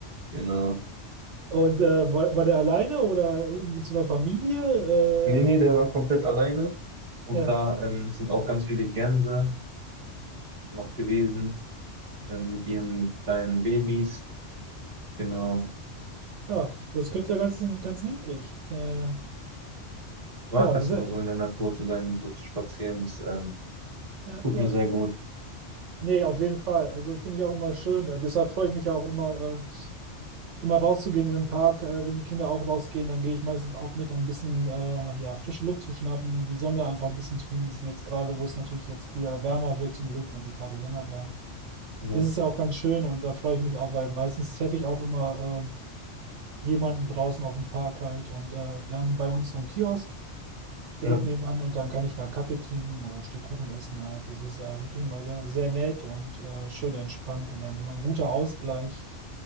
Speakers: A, on the right (about 35°); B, on the right (about 80°).
A: Genau.
B: Und äh, war, war der alleine oder mit so einer Familie?
A: Nee, nee, der war komplett alleine. Und
B: Äh, ja.
A: da ähm, sind auch ganz viele Gänse noch gewesen, ähm, mit ihren kleinen Babys. Genau.
B: Ach, das klingt ja ganz, ganz niedlich. Äh,
A: Ich mag
B: ja,
A: das
B: sehr,
A: nur so in der Natur zu sein, so zu spazieren. Das ähm,
B: ja,
A: tut
B: ja.
A: mir sehr gut.
B: Nee, auf jeden Fall. Also finde ich auch immer schön. Äh, Deshalb freue ich mich auch immer, äh, immer rauszugehen in den Park. Äh, wenn die Kinder auch rausgehen, dann gehe ich meistens auch mit, um ein bisschen äh, ja, frische Luft zu schnappen, die Sonne einfach ein bisschen zu genießen. Jetzt gerade, wo es natürlich jetzt wieder wärmer wird zum Glück und die Tage länger werden.
A: Ja,
B: Das ist ja auch ganz schön und da freue ich mich auch, weil meistens treffe ich auch immer äh, jemanden draußen auf dem Park halt. Und äh, wir haben bei uns so einen Kiosk.
A: ja.
B: direkt nebenan und dann kann ich da einen Kaffee trinken oder ein Stück Kuchen essen halt. Das ist äh, wirklich immer sehr, sehr nett und äh, schön entspannt und dann immer ein guter Ausgleich